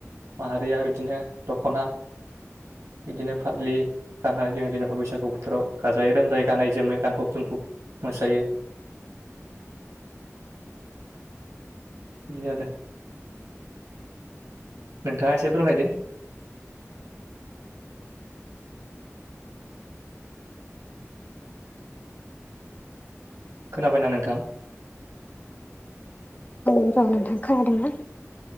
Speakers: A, on the right; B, on the left.
A: माहारिया बिदिनो दख'ना बिदिनो फालि गानाय जों जेनेबा बैसागु बोथोराव गाजायै रोमजायै गाननाय जोमै गानफब जोमफब मोसायो बि आरो नोंथाङा एसे फोरमायदो खोनाबायना नोंथां
B: <unintelligible> खोनादों ना